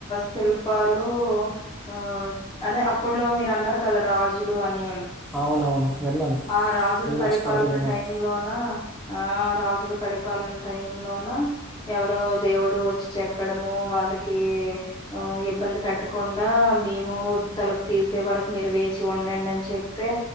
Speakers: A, on the left (about 20°); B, in the centre.
A: శిల్పాలు ఆ అదే అప్పట్లో మీరు అన్నారు కదా రాజులు అని
B: అవునవును. విన్నాను.
A: ఆ రాజుల
B: నేను
A: పరిపాలన
B: ఆ స్టోరీ విన్నాను.
A: టైం లోన ఆ రాజుల పరిపాలన టైం లోన ఎవరో దేవుడు వచ్చి చెక్కడము వాళ్ళకి ఆ ఇబ్బంది పెట్టకుండా మేము తలుపు తీసే వరకు మీరు వేచి ఉండండి అని చె తే